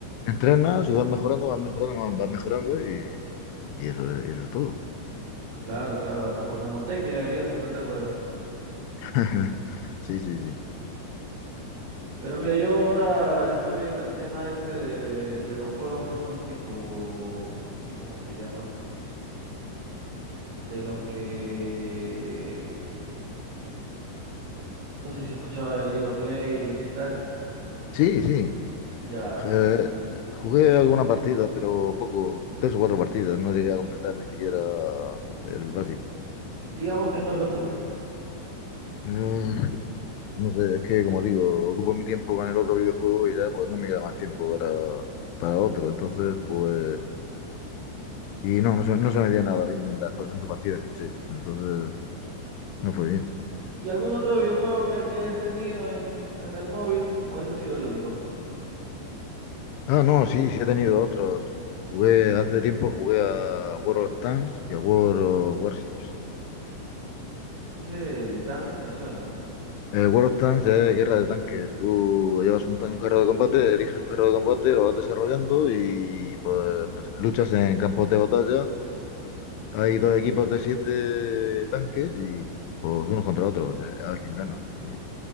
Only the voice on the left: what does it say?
entrenas y vas mejorando, vas mejorando, vas mejorando y, y eso, eso es todo.
<laughs> Sí, sí, sí.
Sí, sí,
Eh, jugué alguna partida, pero poco, tres o cuatro partidas, no llegué a completar ni siquiera el básico.
Mm, no sé, es que como digo, ocupo mi tiempo con el otro videojuego y ya pues no me queda más tiempo para, para otro, entonces pues... Y no, no se, no se me dio nada bien en las cuatro o cinco partidas que eché, entonces no fue bien.
Ah, no, sí, sí he tenido otros. Jugué, hace tiempo jugué a World of Tanks y a World of Warships.
Eh, War of Tanks es guerra de tanques. Tú llevas un, un carro de combate, eliges un carro de combate, lo vas desarrollando y pues, pues, luchas en campos de batalla. Hay dos equipos de siete tanques y pues unos contra otros, eh, a ver quién gana. Y